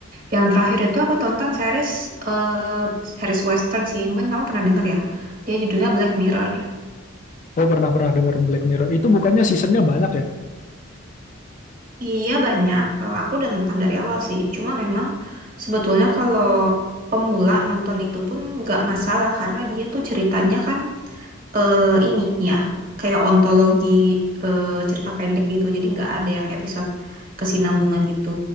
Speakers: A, on the right; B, on the left.
A: Yang terakhir itu aku tonton series eh series western sih. Mungkin kamu pernah denger ya. Dia judulnya Black Mirror.
B: Oh, pernah-pernah denger Black Mirror. Itu bukannya seasonnya banyak ya?
A: Iya banyak, Eh, aku udah nonton dari awal sih. Cuma memang sebetulnya kalau pemula nonton itu pun nggak masalah karena dia tuh ceritanya kan eh, ini ya kayak ontologi eh, cerita pendek gitu. Jadi nggak ada yang episode kesinambungan gitu.